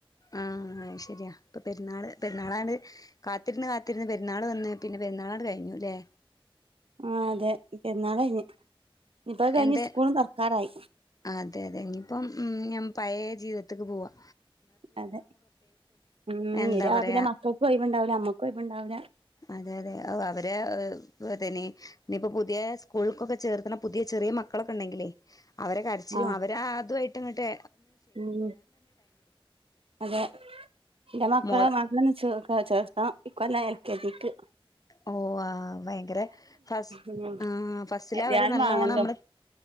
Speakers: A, on the left (about 40°); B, on the right (about 75°).
A: ആ ശരിയാ ഇപ്പൊ പെരുന്നാള് പെരുന്നാളാണ്ട് കാത്തിരുന്ന് കാത്തിരുന്ന് പെരുന്നാൾ വന്ന് പിന്നെ പെരുന്നാളാണ് കഴിഞ്ഞു അല്ലേ
B: ആ അതെ പെരുന്നാള് കഴിഞ്ഞ് ഇനിയിപ്പോ അത് കഴിഞ്ഞ്
A: എന്ത
B: സ്കൂളും തുറക്കാറായി
A: അതെ അതെ ഇനിയിപ്പം ഉം ഞ പഴയ ജീവിതത്തക്ക് പോവാക
B: അതെ ഉം
A: എന്താ
B: രാവിലെ
A: പറയാ
B: മക്കൾക്കും ഒയിവുണ്ടവില്ല അമ്മക്കും ഒയിവ്ണ്ടാവില്ല
A: അതെ അതെ ഓ അവര് തനി ഇനിയിപ്പോ പുതിയ സ്‌കൂൾക്കൊക്കെ ചേർത്തണ പുതിയ ചെറിയ മക്കളൊക്കെ ഉണ്ടെങ്കിലേ അവരെ കരച്ചിലും
B: ആ
A: അവര് അതു അ ഇട്ടങ്ങിട്ട്
B: ഉം അതെ ഇന്റെ മക്കളെ
A: മോള്
B: <unintelligible> ചെ ചേർത്തണം ഇക്കൊല്ലം എൽ കെ ജീ ക്ക്
A: ഓ ആ ഭയങ്കര ഫസ്
B: ഉം
A: ആ ഫസ്റ്റിലെ
B: ഏതായാലും
A: അവരെ നല്ലോണം
B: വാണല്ലോ
A: നമ്മള്